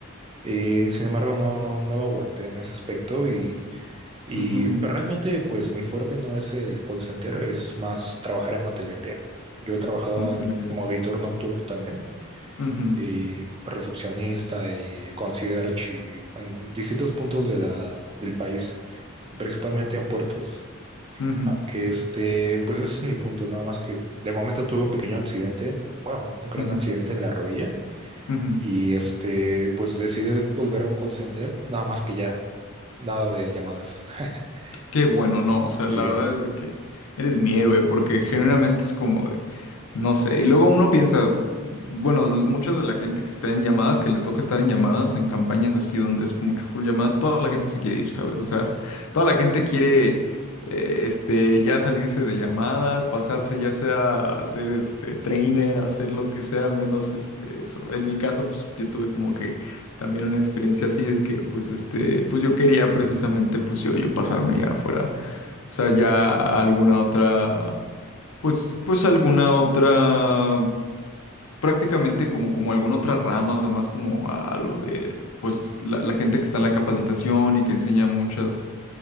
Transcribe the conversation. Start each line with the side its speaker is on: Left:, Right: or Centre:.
Right: Eh, sin embargo, no, no, no lo aguanté en ese aspecto y, y
Left: ujú,
Right: realmente pues mi fuerte no es el call center, es más trabajar en hotelería. Yo he trabajado
Left: No
Right: en-
Left: te le diría.
Right: como auditor nocturno también
Left: Ujú,
Right: y recepcionista y concierge y en distintos puntos de la, del país, principalmente en puertos.
Left: ujú,
Right: Aunque este, pues ese es mi punto, nada más que de momento tuve un pequeño accidente, bueno, un gran
Left: ujú,
Right: accidente en la rodilla.
Left: ujú.
Right: Y este, pues decidí volver a un call center, nada más que ya Nada de llamadas. <laughs>
Left: Qué bueno, no, o sea,
Right: Sí,
Left: la verdad es de que eres mi héroe, porque genuinamente es como de, no sé, y luego uno piensa, bueno, l- mucha de la gente que está en llamadas, que le toca estar en llamadas, en campañas así donde es mucho full llamadas, toda la gente se quiere ir, ¿sabes? O sea, toda la gente quiere, eh, este, ya salirse de llamadas, pasarse ya sea a ser, este, trainer, a hacer lo que sea, menos, este, eso. En mi caso, pues yo tuve como que también una experiencia así de que pues este pues yo quería precisamente pues yo yo pasarme ya fuera o sea ya a alguna otra pues pues alguna otra prácticamente como como alguna otra rama o sea más como a, a lo de pues la, la gente que está en la capacitación y que enseña muchas